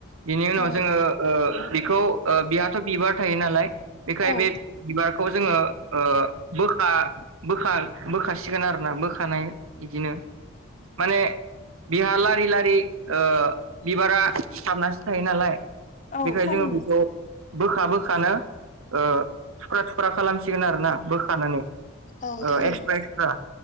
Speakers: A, on the right; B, on the left.
A: बिनि उनाव
B: औ
A: जोङो ओ बेखौ ओ बिहाथ' बिबार थायो नालाय। बेखाय
B: औ
A: बे बिबारखौ जोङो ओ बोखा बोखार बोखासिगोन आरोना बोखानाय बिदिनो माने बिहा लारि लारि ओ बिबारा सारनासो थायो नालाय।
B: औ
A: बेखायनो
B: थारैनो
A: जोङो बेखौ बोखा बोखानो ओ थुख्रा थुख्रा खालाम सिगोन आरोना बोखानानै
B: औ
A: ओ
B: थारैनो
A: एक्सट्रा एक्सट्रा।